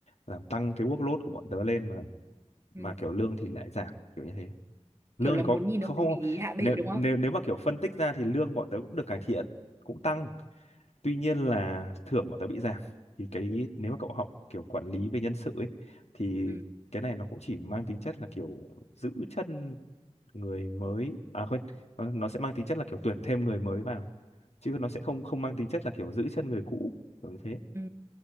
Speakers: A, on the left; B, on the right.
A: làm tăng cái workload của bọn tớ lên mà
B: ừ.
A: mà kiểu lương thì lại giảm kiểu như thế lương
B: Kiểu là
A: thì
B: muốn
A: có
B: nhìn
A: không
B: ông ấy
A: không
B: bị hạ bệ
A: nếu
B: đúng
A: nếu
B: không?
A: nếu mà kiểu phân tích ra thì lương bọn tớ cũng được cải thiện cũng tăng tuy nhiên là thưởng bọn tớ bị giảm thì cái nếu mà cậu học kiểu quản lý về nhân sự ấy thì
B: Ừ,
A: cái này nó cũng chỉ mang tính chất là kiểu giữ chân người mới à quên nó, nó sẽ mang tính chất là kiểu tuyển thêm người mới vào chứ nó sẽ không không mang tính chất là kiểu giữ chân người cũ kiểu như thế
B: ừ,